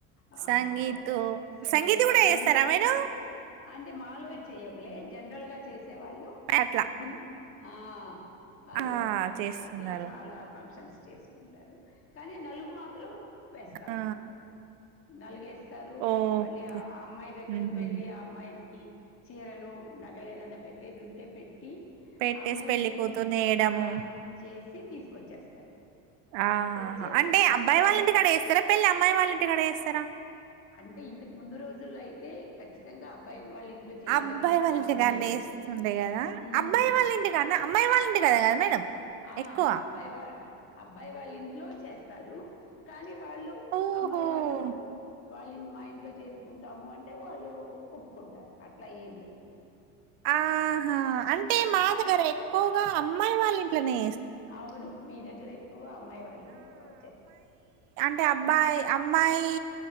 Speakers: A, on the left; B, on the right.
A: ఆ
B: సంగీతు
A: ఆ సంగీత్
B: గూడా
A: అన్నీ
B: చేస్తారా
A: పెడుతున్నరు
B: మీరు?
A: అన్ టే మాలో చెయ్యంలే జెనరల్ గా చేసేవాళ్ళు
B: అట్లా.
A: ముంద్ ఆ అది
B: ఆ!
A: అట్ల
B: చేస్తున్నారు.
A: అట్లా చాలా ఫంక్షన్స్ చేసుకుంటారు కానీ నలుగు మాత్రం వేస్తాం
B: ఆ!
A: మేము నలుగేస్తారు
B: ఓహ్!
A: మళ్ళీ ఆ అమ్మాయి దగ్గరికి
B: హుహు.
A: వెళ్ళి ఆ అమ్మాయింకీ చీర లు నగలేదన్న పెట్టేదుంటే పెట్టి
B: పెట్టేసి
A: అమ్మాయిని
B: పెళ్లి
A: ఇంటికి
B: కూతుర్ని
A: తీసుక్
B: చేయడము.
A: ఆ ఏసి తీసుకొచ్చేస్తారు
B: ఆ
A: తెచ్చి
B: అంటే
A: వాళ్ళకి
B: అబ్బాయి వాళ్ళింటికడ
A: వే-
B: యేస్తారా పెళ్ళి అమ్మాయి వాళ్ళింటికడ ఏస్తారా
A: అంటే ఇంతకముందు రోజుల్లో అయితే ఖచ్చితంగా అబ్బాయి వాళ్ళ ఇంట్లో చెయ్యాలి
B: అబ్బాయి వాళ్ళ
A: అలా
B: ఇంటికాన్నేస్తుండే
A: ఉండేది.
B: గదా
A: హ్మ్.
B: అబ్బాయి వాళ్ళ ఇంటికన్న అమ్మాయి వాళ్ళ ఇంటిక్ కద కద మేడం
A: ఆహాహా
B: ఎక్కువ?
A: అబ్బాయి వా అబ్బాయి వాళ్ళింట్లో చేస్తారు కానీ వాళ్ళు
B: ఓహో!
A: అమ్మాయి వాళ్ళు వాళ్ళిన్ మా ఇంట్లో చేసుకుంటాము అంటే వాళ్ళు ఒప్పుకుంటారు అట్లా ఏం లే
B: ఆహా అంటే మా
A: ఇ
B: దగెరె ఎక్కువగా అమ్మాయి వాళ్ళింట్లనే
A: అవును మీ దగ్గర ఎక్కువ అమ్మాయి వాళ్ళ ఇంట్లో చేస్తరు
B: టే అబ్బాయి అమ్మాయి